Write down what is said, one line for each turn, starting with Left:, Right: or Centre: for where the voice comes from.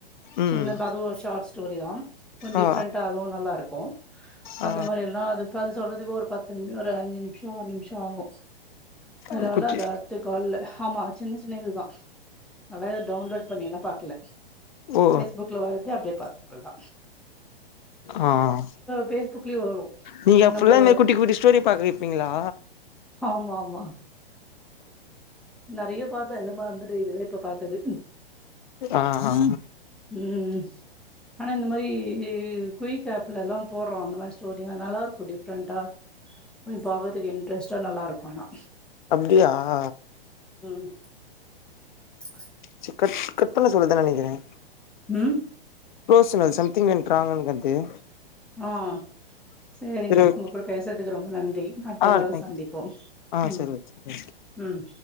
Left: ம்
Centre: சின்ன பத ஷா்ஸ் ஸ்டோரி தான் டிஃப்ரெண்டா
Left: ஆ
Centre: அதுவும் நல்லா இருக்கும்
Left: ஆ
Centre: அந்த மாரி எல்லாம் அது அது சொல்றது அது ஒரு பத்து நிமிஷம்ஒரு அஞ்சு நிமிஷம் ஆறுநிமிஷம் ஆகும் அலால்அ
Left: அந்த குட்டி
Centre: அடுத்தக்கல்லஆமா சின்ன சின்ன இதுதான் நல்லா இத டவுன்லோடு பண்ணின்னா பாக்கல
Left: ஓ
Centre: பேஸ்புக்ல வர்றது அப்டியே பாத்த அதுதா
Left: ஆஹ்
Centre: ஃபேஸ்புக்லயும் வரும்
Left: நீங்க
Centre: நம்போ
Left: புல்லாமே குட்டி குட்டி ஸ்டோரி பாக்க வப்பீங்களா
Centre: ஆமா ஆமா நெறய பாத்தன் இப்பயேல்லாம்மரந்துட்டு இருக்கு இப்ப பாத்தது
Left: ஆஹ் ஆஹ்
Centre: ம் ஆனா இந்த மாரி குய்க் ஆப்ல எலாம் போட் அப்ரம்வந்து ஸ்டோரியல்லா நல்லா இருக்கும் டிஃப்ரெண்ட்டா போய் பாக்கறக்கு இன்ட்ரெஸ்ட்டா நல்லா இருக்கும் ஆனா
Left: அப்டியாஹ
Centre: <inaudible> <inaudible>
Left: செரி கட் கட் பண்ண சொல்லதான நெனக்கிறேன்
Centre: ம்
Left: குளோஸ் சம்திங்குது ராங்
Centre: ஆஹ் சேரிங்க
Left: ஓக்
Centre: உங்க கூட பேசுறதுக்கு ரொம்ப நன்றி அடுத்த
Left: ஆ
Centre: கால்
Left: தேங்க்ஸ்
Centre: சந்திப்போம்
Left: ஆ
Centre: உம்
Left: செரி ஓகே
Centre: உம்